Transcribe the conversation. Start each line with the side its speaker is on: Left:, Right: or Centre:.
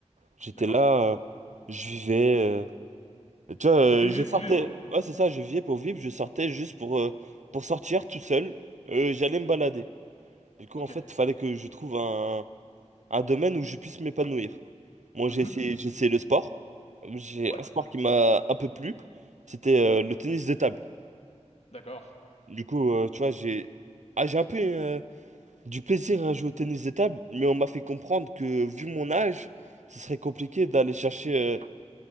Right: J'étais
Left: d'accord?
Right: là, euh, je vivais. euh, tu vois, euh,
Left: Tu vivais
Right: je sortais.
Left: pour vivre.
Right: Ouais, c'est ça, je vivais pour vivre, je sortais juste pour, euh, pour sortir tout seul. Euh, j'allais me balader. Du coup,
Left: Ok.
Right: en fait, il fallait que je trouve un, un domaine où je puisse m'épanouir. Moi, j'ai
Left: Mhm.
Right: essayé, j'ai essayé le sport. J'ai
Left: Ouais.
Right: un sport qui m'a un peu plu. C'était euh, le tennis de table.
Left: D'accord.
Right: Du coup, euh, tu vois, j'ai ah, j'ai un peu euh, du plaisir à jouer au tennis de table, mais on m'a fait comprendre que, vu mon âge, ce serait compliqué d'aller chercher euh,